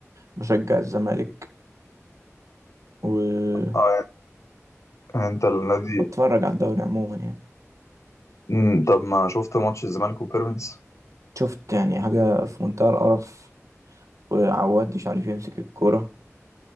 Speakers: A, on the right (about 75°); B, on the left (about 65°).
A: بشجع الزمالك وبتفرج
B: اه يعني انت النادي
A: بتفرج على الدوري عموما يعني
B: مم، طب ما شفت ماتش الزمالك وبيراميدز
A: شفت يعني حاجة في منتهى القرف وعواد مش عارف يمسك الكورة